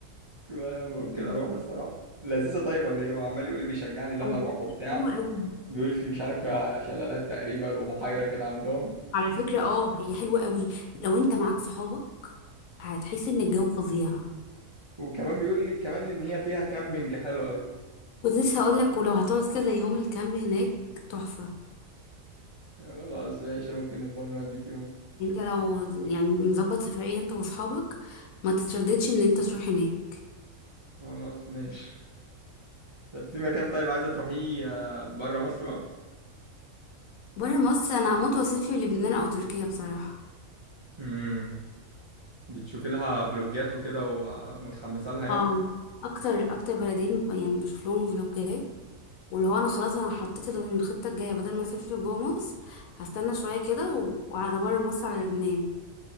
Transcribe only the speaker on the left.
مم.
على
فكرة
حلوة قوي
على فكرة اه هي حلوة قوي لو انت معاك صحابك هتحس ان الجو فظيع
كنت لسه هقول لك ولو هتقعد كذا يوم الكامب هناك تحفة
انت لو يعني مظبط سفرية انت واصحابك ما تترددش ان انت تروح هناك
بره مصر انا هموت واسافر لبنان او تركيا بصراحة
اه اكتر اكتر بلدين ب- يعني بشوف لهم فلوجات واللي هو انا خلاص انا حطيت الخطة الجاية بدل ما اسافر جوه مصر هستنى شوية كده و- وعلى بره مصر على لبنان